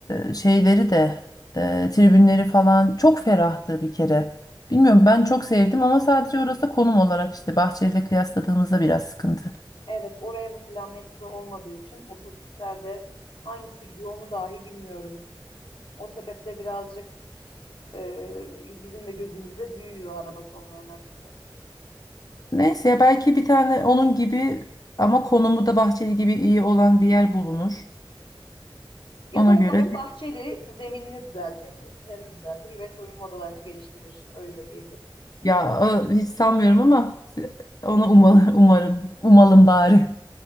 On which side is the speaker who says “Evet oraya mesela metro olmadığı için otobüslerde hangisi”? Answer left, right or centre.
Left